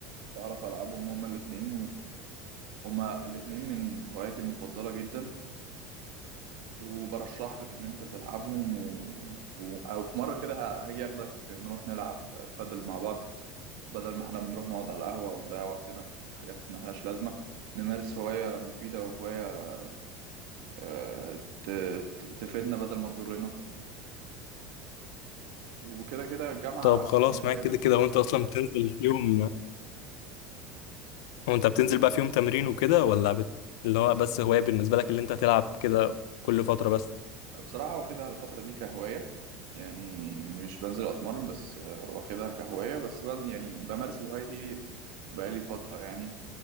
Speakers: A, on the right; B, on the left.
A: بعرف ألعبهم هما الاتنين وهما الاتنين من هواياتي المفضلة جدا وبرشح لك ان انت تلعبهم و... و... او في مره كده ه- هاجي اخدك نروح نلعب بادل مع بعض بدل ما احنا بنروح نقعد على القهوه ونضيع وقتنا في حاجات ملهاش لازمه نمارس هوايه مفيده وهوايه آه، ت... ت- تفيدنا بدل ما تضرنا وكده كده الجامعه
B: طب خلاص
A: مليانه
B: معاك كده كده وانت اصلا بتنزل في يوم وانت بتنزل بقى في يوم تمرين وكده ولا بت... اللي هو بس هواية بالنسبة لك اللي انت تلعب كده كل فترة بس
A: بصراحه واخدها الفتره دي كهوايه يعني مش بنزل اتمرن بس آه، واخدها كهوايه بس بن... يعني بمارس الهوايه دي بقالي فتره يعني